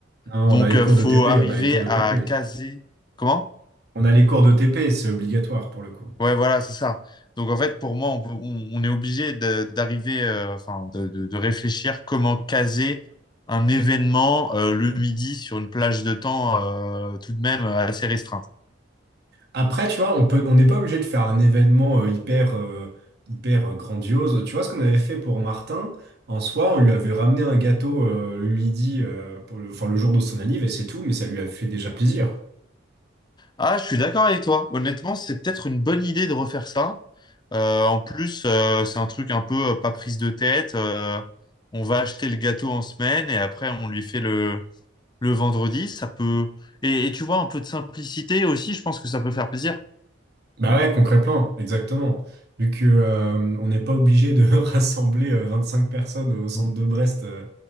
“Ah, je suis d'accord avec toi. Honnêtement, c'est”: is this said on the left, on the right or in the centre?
Left